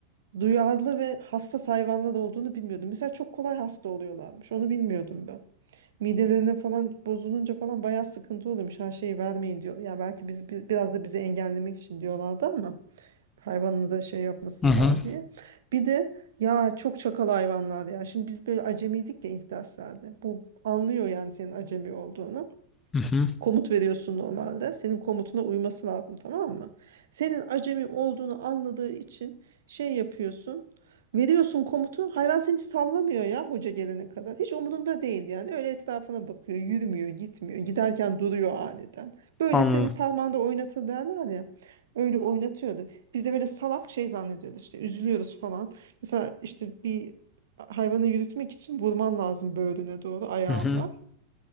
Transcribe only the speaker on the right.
duyarlı ve hassas hayvanlar olduğunu bilmiyordum. Mesela çok kolay hasta oluyorlarmış. Onu bilmiyordum ben. Midelerine falan bozulunca falan bayağı sıkıntı oluyormuş. Her şeyi vermeyin diyor. Ya belki biz, bi- biraz da bizi engellemek için diyorlardı ama hayvanını da şey yapmasınlar
diye. Bir de ya çok çakal hayvanlar ya. Şimdi biz böyle acemiydik ya ilk derslerde. Bu anlıyor yani senin acemi olduğunu
komut veriyorsun normalde. Senin komutuna uyması lazım tamam mı? Senin acemi olduğunu anladığı için şey yapıyorsun. Veriyorsun komutu. Hayvan seni hiç sallamıyor ya hoca gelene kadar. Hiç umurunda değil yani. Öyle etrafına bakıyor. Yürümüyor, gitmiyor. Giderken duruyor aniden. Böyle
seni parmağında oynatır derler ya. Öyle oynatıyordu. Biz de böyle salak şey zannediyoruz işte. Üzülüyoruz falan. Mesela işte bir hayvanı yürütmek için vurman lazım böğrüne doğru ayağınla.